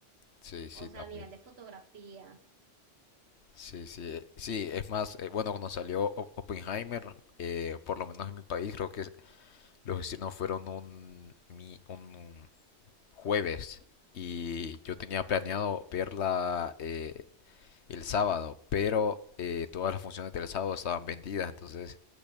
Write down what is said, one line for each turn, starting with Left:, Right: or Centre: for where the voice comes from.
Left: Sí, sí,
Right: o sea,
Left: también.
Right: a nivel de fotografía.
Left: Sí, sí, eh, sí, es más, eh, bueno, cuando salió Op- Oppenheimer, eh, por lo menos en mi país, creo que los estrenos fueron un, mi- un jueves y yo tenía planeado verla eh, el sábado, pero eh, todas las funciones del sábado estaban vendidas, entonces